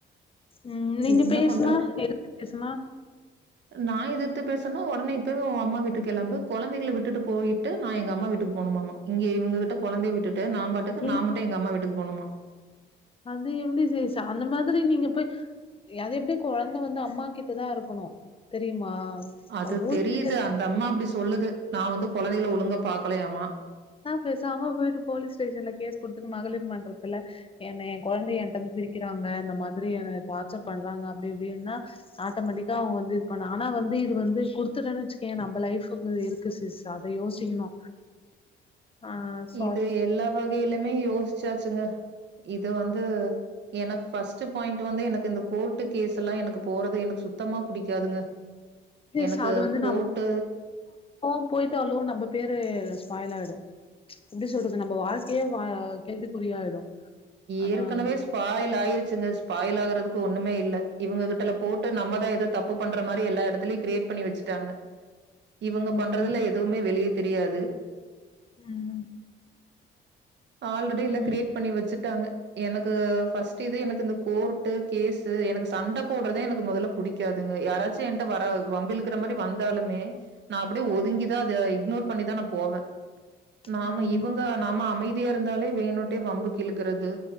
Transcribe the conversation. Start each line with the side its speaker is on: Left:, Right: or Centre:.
Left: உம் நீங்க
Right: என்ன
Left: பேசுனா
Right: பண்றது?
Left: எதுக்கு பேசமா
Right: நான் எதித்துபேசுனா உடனே இப்பவே உங்க அம்மாவீட்டுக்கு கெளம்பு கொழந்தகள விட்டு போயிட்டு நான் எங்க அம்மா வீட்டுக்கு போனும் ஆமா ஆமா இங்க இவங்ககிட்ட கொழந்தைய விட்டுட்டு நம்பாட்டுக்கு
Left: நீ
Right: நாமட்டும் எங்க அம்மா வீட்டுக்கு போனுமா
Left: அது எப்டி சிஸ் அந்த மாதிரி நீங்க போய் அது எப்டி கொழந்த வந்து அம்மா கிட்டதா இருக்கணு தெரியுமா
Right: அது
Left: ரூல்ஸ்லே
Right: தெரியுது
Left: இருக்குது
Right: அந்த அம்மா அப்டி சொல்லுது நா வந்து குழந்தைகள ஒழுங்கா பாக்கலையாமா.
Left: பேசாம போயிட்டு போலீஸ் ஸ்டேஷன்ல கேஸ் குடுத்துட்டு மகளிர் மன்றத்துல என்ன ஏ கொழந்தைய என்டெருந்து பிரிக்கிறாங்க இந்த மாதரி என்ன டார்ச்சர் பண்றாங் க அப்டி இப்டின்னா ஆட்டோமேட்டிக்கா அவுங்க வந்து இது பண்ண ஆனா வந்து இது வந்து குடுத்துட்டோனு வச்சக்கயே நம்ம லைஃப் இருக்கு சிஸ் அத யோசிக்கணு ஆ சொல்
Right: இது எல்லா வகையிலுமே யோசிச்சாச்சுங்க இது வந்து எனக்கு ஃபர்ஸ்ட் பாயிண்ட் வந்து எனக்கு இந்த கோர்ட்டு கேஸ்யெல்லா எனக்கு போறது எனக்கு சுத்தமா புடிக்காதுங்க
Left: சிஸ்
Right: எனக்கு
Left: அது வந்து
Right: கோர்ட்டு
Left: நம் <inaudible> போயிட்டாலு நம்ம பேரு ஸ்பாயிலாயிடு எப்டி சொல்றது நம்ம வாழ்க்கையே வ கேள்விக்குறியாயிடு ஆனா
Right: ஏற்கனவே
Left: அது
Right: ஸ்பாயில் ஆயிருச்சுங்க ஸ்பாயில் ஆகுறதுக்கு ஒண்ணுமே இல்ல இவுங்க கிட்டல போட்டு நம்மதா எதோ தப்பு பண்ற மாரி எல்லா எடத்துலயு கிரியேட் பண்ணி வச்சுட்டாங்க இவுங்க
Left: ம்
Right: பண்றதுல எதுமே வெளிய தெரியாது
Left: ம்
Right: ஆல்ரெடி
Left: ம்
Right: எல்லா கிரியேட் பண்ணி வெச்சுட் டாங்க எனக்கு ஃபஸ்ட்டு இது எனக்கு இந்த கோர்ட்டு கேஸ்ஸு எனக்கு சண்ட போடுறதே எனக்கு மொதல்ல பு டிக்காதுங்க யாராச்சு என்ட்ட வர வம்பு இலுக்குற மாரி வந்தாலுமே நா அப்டியே ஒதுங்கிதா அத இக்னோர் பண்ணிதா நா போவே நாம
Left: ம்
Right: இவுங்க நாம அமைதி யா இருந்தாலே வேணுட்டே வம்புக்கு இழுக்குறது